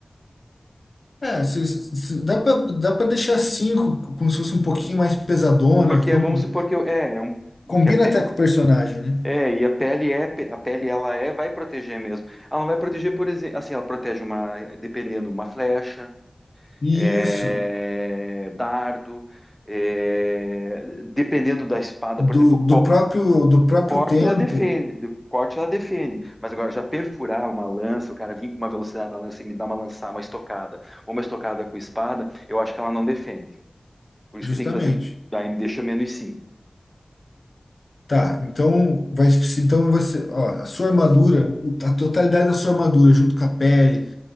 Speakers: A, on the left; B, in the centre.
A: É, se, se- se- dá pra dá para deixar 5 como se fosse um pouquinho mais pesadona.
B: Porque
A: Vamos,
B: vamos supor que eu, é, é um,
A: combina
B: o que a pe-
A: até com o personagem, né?
B: é, e a pele é, a pele ela é, vai proteger mesmo. Ela não vai proteger, por exemplo, assim, ela protege uma, dependendo, uma flecha,
A: Isso,
B: é, dardo, é, dependendo da espada,
A: do,
B: por exemplo,
A: do próprio do próprio
B: Corte
A: tempo,
B: ela defende, de- corte ela defende, mas agora já perfurar uma lança, o cara vir com uma velocidade na lança e me dar uma lançar, uma estocada, ou uma estocada com espada, eu acho que ela não defende. Por isso
A: justamente.
B: que tem que fazer, daí me deixa menos cinco.
A: Tá, então vai, então vai ser, ó, a sua armadura, o- a totalidade da sua armadura, junto com a pele,